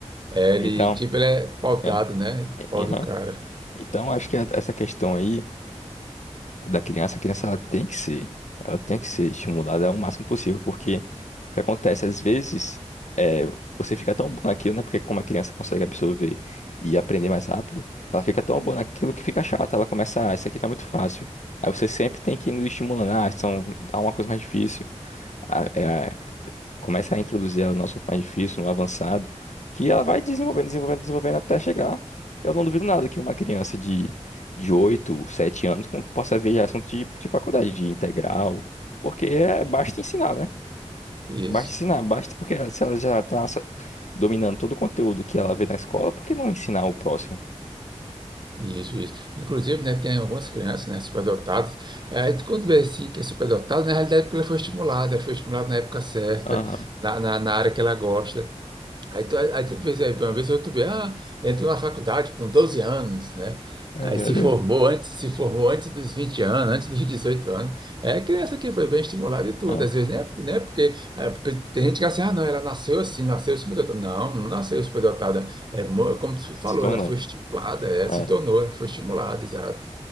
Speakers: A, on the right; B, on the left.
A: É, ele,
B: Então,
A: tipo, ele é pautado,
B: é,
A: né? Pau
B: aham.
A: do cara.
B: Então, acho que a- essa questão aí. da criança, a criança ela tem que ser, ela tem que ser estimulada ao máximo possível, porque o que acontece, às vezes, é, você fica tão bom naquilo, né? Porque como a criança consegue absorver e aprender mais rápido, ela fica tão boa naquilo que fica chata, ela começa, ah, isso aqui tá muito fácil. Aí você sempre tem que ir estimulando, ah, então dá uma coisa mais difícil, Ah, é, começa a introduzir ela no assunto mais difícil, no avançado, que ela vai desenvolvendo, desenvolvendo, desenvolvendo até chegar. Eu não duvido nada que uma criança de, de 8, 7 anos com- possa ver já assunto tipo de faculdade, de integral, porque é, basta ensinar, né?
A: Isso,
B: Basta ensinar, basta porque se ela já está dominando todo o conteúdo que ela vê na escola, por que não ensinar o próximo?
A: isso, isso. Inclusive, né, tem algumas crianças, né, superdotadas. É, tu quando vê assim que é superdotado, na realidade é porque ela foi estimulada, ela foi estimulada na época certa,
B: Aham.
A: na, na, na área que ela gosta. Aí tu, aí tu percebe, uma vez ou tu vê, ah, entrou na faculdade com 12 anos, né?
B: Ai,
A: Aí
B: ai,
A: se formou antes, se formou antes dos 20 anos, antes dos 18 anos. É criança que foi bem estimulada e tudo.
B: Ah,
A: Às vezes, né? né porque é, porque tem gente que acha assim, ah, não, ela nasceu assim, nasceu superdotada. Não, não nasceu superdotada. É, mo- como tu falou,
B: se tornou.
A: ela foi estimulada, é,
B: É.
A: se tornou, ela foi estimulada, exato.